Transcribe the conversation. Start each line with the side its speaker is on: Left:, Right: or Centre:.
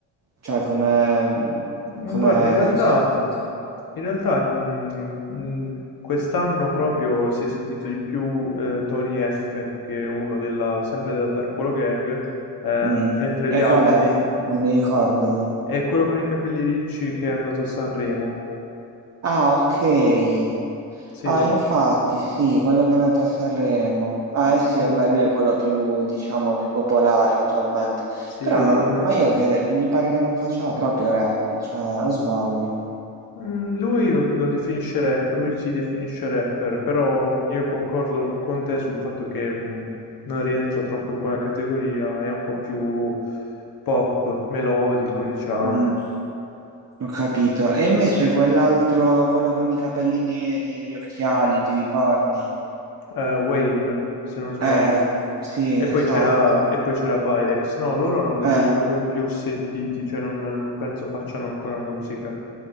Right: cioè, come,
Left: Mhmm,
Right: come
Left: guarda, in realtà
Right: si sente?
Left: in realtà, mhmm, mhmm, quest'anno proprio si è sentito di più, ehm, Tony F, che è uno della sempre della Dark Polo Gang, ehm,
Right: Mm.
Left: mentre
Right: mm.
Left: gli
Right: E
Left: altri
Right: qual è? Non mi ricordo.
Left: è quello con i capelli ricci che è andato a Sanremo.
Right: Ah, ok.
Left: Sì,
Right: Ah, infatti, sì, quello che è nato a Sanremo. Ah, eh sì,
Left: sì,
Right: vabbè, lui è quello più, diciamo, più popolare attualmente.
Left: sì,
Right: Però,
Left: attualmente
Right: non- ma io che mi pare che non faccia proprio rap, cioè, o sbaglio.
Left: Mm, Lui lo, lo definisce rapper, lui si definisce rapper, però mm, io concordo con te sul fatto che mm, non rientra troppo in quella categoria, è un po' più pop, melodico, diciamo.
Right: Mm, ho capito. E invece quell'altro, quello con i capelli neri e gli occhiali, ti ricordi?
Left: Eh, Wayne, se non sbaglio.
Right: Eh, sì,
Left: E
Right: esatto.
Left: poi c'era e poi c'era Pyrex. No, loro non li
Right: Eh,
Left: ho proprio più sentiti, cioè non, non penso facciano ancora musica.